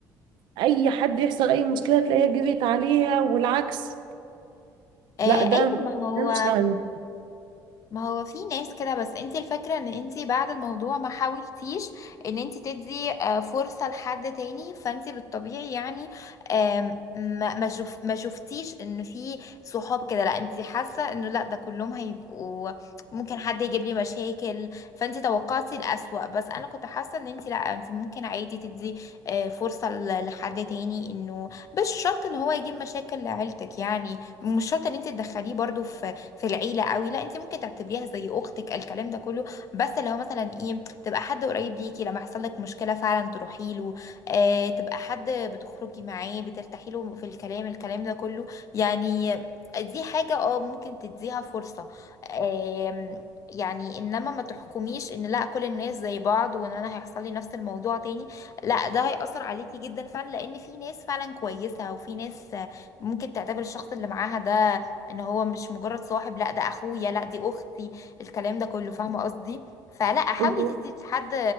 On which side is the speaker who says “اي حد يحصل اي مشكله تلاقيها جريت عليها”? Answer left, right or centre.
Right